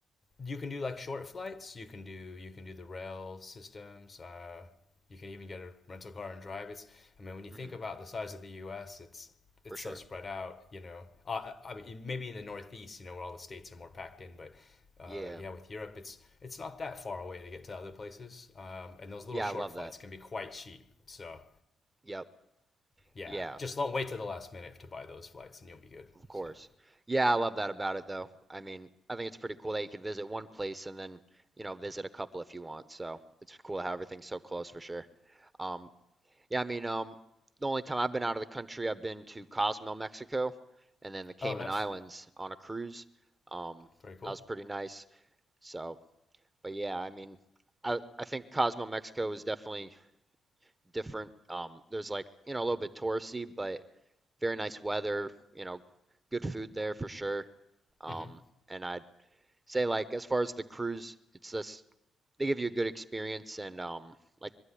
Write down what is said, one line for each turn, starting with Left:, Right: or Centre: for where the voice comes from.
Left: you can do like short flights. You can do you can do the rail systems. Uh, you can even get a rental car and drive. It's I mean when you
Right: hmm
Left: think about the size of the U.S., it's it's
Right: For sure.
Left: so spread out. You know, uh, I mean maybe in the Northeast, you know, where all the states are more packed in, but uh,
Right: Yeah.
Left: yeah, with Europe, it's it's not that far away to get to other places. Um, and those little
Right: Yeah,
Left: short
Right: I love
Left: flights
Right: that.
Left: can be quite cheap. So
Right: Yep.
Left: yeah,
Right: Yeah,
Left: just don't wait to the last minute to buy those flights, and you'll be good.
Right: of course.
Left: So
Right: Yeah, I love that about it though. I mean, I think it's pretty cool that you can visit one place and then, you know, visit a couple if you want. So it's cool how everything's so close for sure. Um, Yeah, I mean, um, the only time I've been out of the country, I've been to Cozumel, Mexico, and then the Cayman
Left: oh, nice,
Right: Islands on a cruise. Um,
Left: very cool.
Right: that was pretty nice. So, but yeah, I mean, I I think Cozumel, Mexico is definitely different. Um, there's like, you know, a little bit touristy, but very nice weather, you know, good food there for sure. Um,
Left: Mm-hmm.
Right: and I'd say like as far as the cruise, it's this they give you a good experience and um like